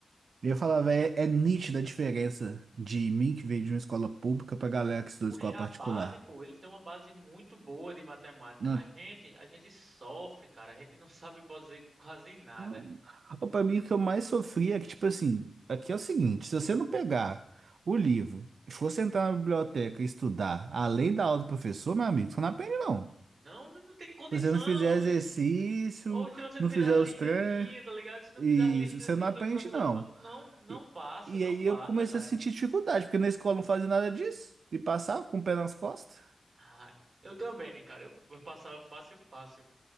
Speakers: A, on the right; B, on the right.
A: E eu falava, é, é nítida a diferença de mim que veio de uma escola pública pra galera que estudou
B: oxe,
A: em escola
B: a
A: particular.
B: base, pô, eles têm uma base muito boa de matemática.
A: Não,
B: A gente, a gente sofre, cara. A gente não <laughs> sabe fazer quase nada.
A: não. Ou Pra mim, o que eu mais sofria é que, tipo assim, aqui é o seguinte, se você não pegar o livro e for sentar na biblioteca e estudar, além da aula do professor, meu amigo, você não aprende, não.
B: Não, não não tem condição.
A: Se você não fizer
B: não-
A: exercício,
B: Ou se você não
A: não
B: fizer
A: fizer
B: as listazinhas,
A: os treinos,
B: tá ligado? Se não
A: isso,
B: fizer as listazinhas
A: você não aprende,
B: que o professor.
A: não.
B: pa- Não, não
A: E,
B: passa,
A: e
B: não
A: aí
B: passa,
A: eu comecei
B: cara.
A: a sentir dificuldade, porque na escola não fazia nada disso, e passava com o pé nas costas.
B: Ah, eu também, cara. Eu, eu passava fácil, fácil.